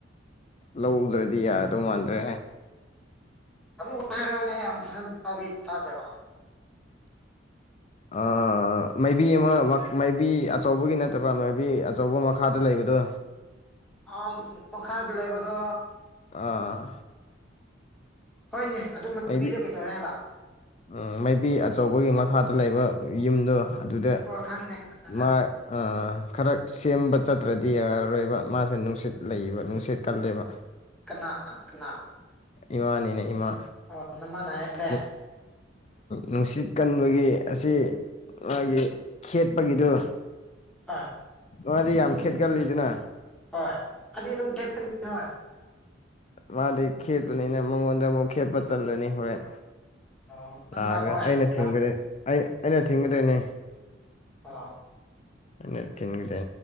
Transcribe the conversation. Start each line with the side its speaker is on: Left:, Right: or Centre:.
Left: ꯂꯧꯗ꯭ꯔꯗꯤ ꯌꯥꯗꯧ ꯃꯥꯟꯗ꯭ꯔꯦ
Centre: ꯑꯃꯨꯛ ꯎꯍꯔꯣꯅꯦ ꯑꯝ ꯐ꯭ꯔꯟ ꯇꯕꯤ ꯇꯖꯃ
Left: ꯑꯥ ꯃꯥꯏꯕꯤ ꯑꯃ ꯃꯥꯏꯕꯤ ꯑꯆꯧꯕꯒꯤ ꯅꯠꯇꯕ ꯃꯥꯏꯕꯤ ꯑꯆꯧꯕ ꯃꯈꯥꯗ ꯂꯩꯕꯗꯣ
Centre: ꯑ ꯃꯈꯈꯥꯗꯨꯔꯩꯕꯗ
Left: ꯑꯥ
Centre: ꯍꯣꯏꯅꯦ ꯑꯗꯨ ꯃꯕꯤꯗꯣ
Left: ꯃꯕꯤ
Centre: ꯀꯩꯗꯧꯔꯦ ꯍꯥꯏꯕ
Left: ꯎꯝ ꯃꯥꯏꯕꯤ ꯑꯆꯧꯕꯒꯤ ꯃꯈꯥꯗ ꯂꯩꯕ ꯌꯨꯝꯗꯣ ꯑꯗꯨꯗ
Centre: ꯑꯣ ꯈꯪꯉꯤꯅꯦ ꯈꯪꯉꯦ ꯈꯪꯉꯦ
Left: ꯃꯥ ꯈꯔ ꯁꯦꯝꯕ ꯆꯠ ꯅꯠꯇ꯭ꯔꯗꯤ ꯌꯥꯔꯔꯣꯏꯕ ꯃꯥꯁꯦ ꯅꯨꯡꯁꯤꯠ ꯂꯩꯕ ꯅꯨꯡꯁꯤꯠ ꯀꯜꯂꯦꯕ
Centre: ꯀꯅꯥ ꯀꯅꯥ
Left: ꯏꯃꯥꯅꯤꯅꯦ ꯏꯃꯥ
Centre: ꯑꯣꯅꯃ ꯅꯅꯥꯏꯔꯦ
Left: ꯅꯨ- ꯅꯨꯡꯁꯤꯠ ꯀꯟꯕꯒꯤ ꯑꯁꯤ ꯃꯥꯒꯤ ꯈꯦꯠꯄꯒꯤꯗꯨ
Centre: ꯍꯥ
Left: ꯅꯗꯤ ꯌꯥꯝ ꯈꯦꯠꯒ ꯂꯤꯗꯅ
Centre: ꯍꯣꯏ ꯑꯗꯨ ꯑꯗꯨꯝ ꯈꯦꯠꯇꯅꯤ ꯍꯣꯏ
Left: ꯃꯥꯗꯤ ꯈꯦꯠꯄꯅꯤꯅ ꯃꯉꯣꯟꯗ ꯑꯃꯨꯛ ꯈꯦꯠꯄ ꯆꯜꯂꯅꯤ ꯍꯣꯔꯦꯟ
Centre: ꯑꯣ ꯅꯪ
Left: ꯂꯥꯛꯑꯒ
Centre: ꯂꯥꯛꯑꯣꯏ
Left: ꯑꯩꯅ ꯊ
Centre: ꯂꯥꯛ
Left: ꯑꯩꯅ ꯊꯤꯡꯒꯗꯣꯏꯅꯦ
Centre: ꯑꯥ
Left: ꯑꯗꯨ ꯇꯤꯟꯒꯗ